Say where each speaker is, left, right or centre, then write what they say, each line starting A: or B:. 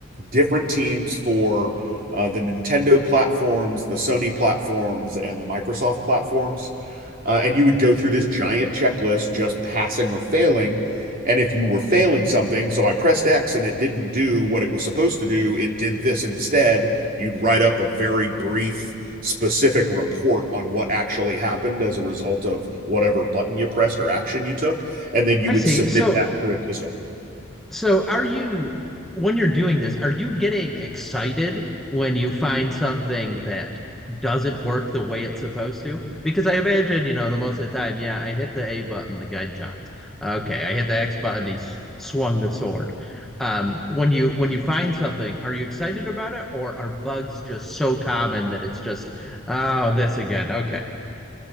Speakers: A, on the right; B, in the centre.
A: different teams for uh, the nintendo platforms the sony platforms and the microsoft platforms uh, and you would go through this giant checklist, just passing or failing. And if you were failing something, so I pressed X and it didn't do what it was supposed to do, it did this instead. You'd write up a very brief, specific report on what actually happened as a result of whatever button you pressed or action you took. And then you
B: I
A: would
B: see.
A: submit
B: So
A: that through a system.
B: So are you, when you're doing this, are you getting excited when you find something that doesn't work the way it's supposed to? Because I imagine, you know, the most of the time, yeah, I hit the A button, the guy jumped. Okay, I hit the X button, he's swung the sword. Um, when you when you find something, are you excited about it, or are bugs just so common that it's just, oh, this again? Okay.